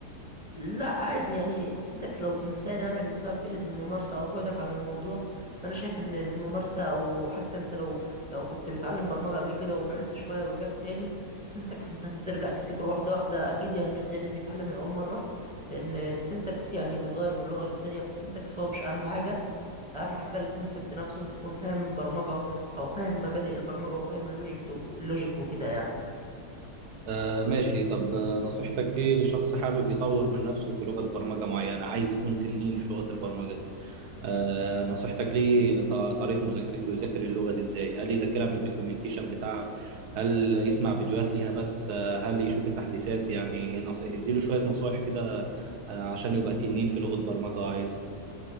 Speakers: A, on the right; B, on the right.
A: لا عادي يعني السنتكس لو بتنساه ده من سبب قلة الممارسة أو بعدك عن الموضوع فأنا شايف إن الممارسة أو حتى أنت لو لو كنت بتعلم برمجة قبل كده وبعدت شوية ورجعت تاني السنتكس أنت هترجع تفتكره واحدة واحدة أكيد يعني مش زي اللي بيتعلم من أول مرة لأن السنتكس يعني بيتغير من لغة للتانية فالسنتكس هو مش أهم حاجة أهم حاجة الكونسبت نفسه أنت تكون فاهم برمجة أو فاهم مبادئ البرمجة وفاهم اللوجيك اللوجيك وكده يعني
B: آه ماشي طب آه، نصيحتك ايه لشخص حابب يطور من نفسه في لغة برمجة معينة عايز يكون تنين في لغة البرمجة دي آه نصيحتك ليه ط- طريقة مذاكرته يذاكر اللغة دي ازاي هل يذاكرها من الدوكيومنتيشن بتاعها هل يسمع فيديوهات ليها بس آه هل يشوف التحديثات يعني نص... اديله شوية نصايح كده آه عشان يبقى تنين في لغة برمجة